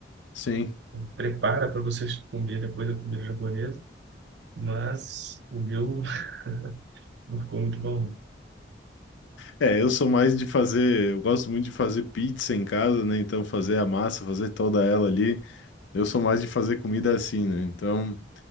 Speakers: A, on the left (about 85°); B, on the right (about 70°).
A: Sim.
B: Prepara para você comer depois da comida japonesa, mas o meu <laughs> não ficou muito bom.
A: É, eu sou mais de fazer, eu gosto muito de fazer pizza em casa, né? Então fazer a massa, fazer toda ela ali. Eu sou mais de fazer comida assim, né? Então,